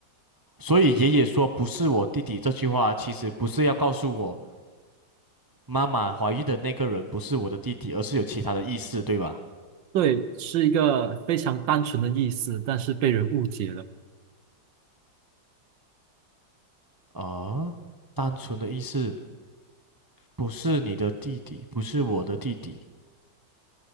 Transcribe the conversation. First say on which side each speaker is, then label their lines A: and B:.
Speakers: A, on the right; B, on the right.
A: 所以爷爷说不是我弟弟这句话其实不是要告诉我妈妈怀孕的那个人不是我的弟弟，而是有其他的意思，对吧？
B: 对，是一个非常单纯的意思，但是被人误解了。
A: 啊，单纯的意思不是你的弟弟，不是我的弟弟。